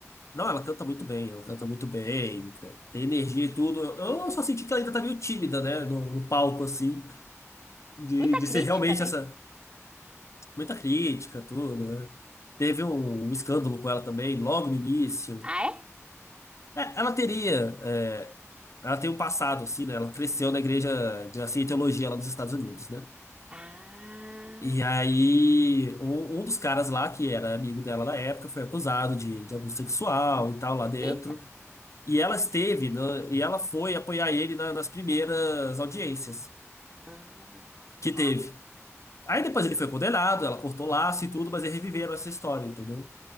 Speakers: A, on the left (about 65°); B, on the right (about 20°).
A: Não, ela canta muito bem, ela canta muito bem, tá? tem energia e tudo. Eu eu só senti que ela ainda tá meio tímida, né? No, no palco, assim, de,
B: Muita
A: de
B: crítica,
A: ser realmente
B: né?
A: essa. muita crítica, tudo, né? Teve um, um escândalo com ela também, logo no início.
B: Ah, é?
A: É, ela teria, é, ela tem um passado, assim, né? Ela cresceu na igreja de assim, teologia lá nos Estados Unidos, né?
B: Ah,
A: E aí, um, um dos caras lá, que era amigo dela na época, foi acusado de, de abuso sexual e tal lá dentro.
B: eita.
A: E ela esteve, né? E ela foi apoiar ele na- nas primeiras audiências
B: Ah,
A: que
B: tá.
A: teve. Aí depois ele foi condenado, ela cortou laço e tudo, mas eles reviveram essa história, entendeu?